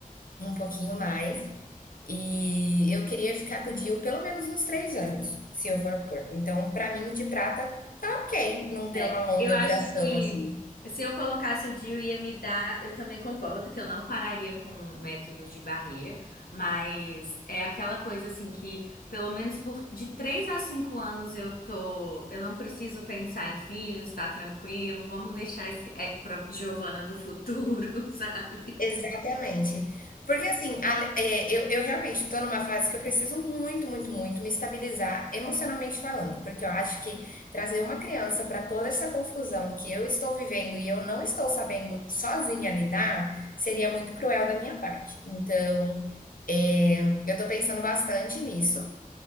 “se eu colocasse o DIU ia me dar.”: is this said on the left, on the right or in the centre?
Left